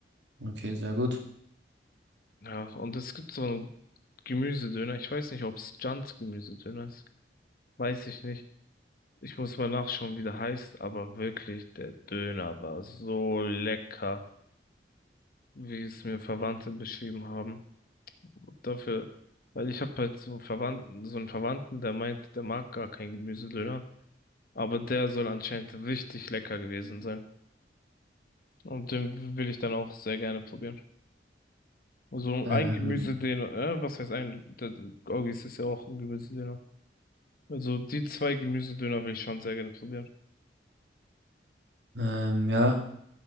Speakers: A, on the right (about 80°); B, on the left (about 55°).
A: Okay, sehr gut.
B: Ja, und es gibt so einen Gemüsedöner. Ich weiß nicht, ob es Jans Gemüsedöner ist. Weiß ich nicht. Ich muss mal nachschauen, wie der heißt, aber wirklich, der Döner war so lecker, wie es mir Verwandte beschrieben haben. Dafür, weil ich habe halt so einen Verwandten, so einen Verwandten, der meint, der mag gar keinen Gemüsedöner, aber der soll anscheinend richtig lecker gewesen sein. Und den will ich dann auch sehr gerne probieren. Also
A: Ähm,
B: ein Gemüsedöner, äh, was heißt ein? Der- der Gorgis ist ja auch ein Gemüsedöner. Also die zwei Gemüsedöner will ich schon sehr gerne probieren.
A: ähm, ja.